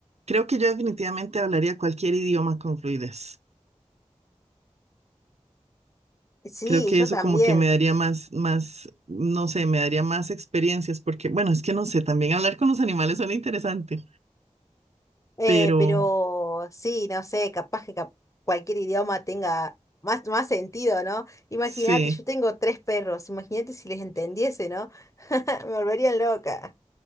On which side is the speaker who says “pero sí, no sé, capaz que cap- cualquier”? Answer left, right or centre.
Left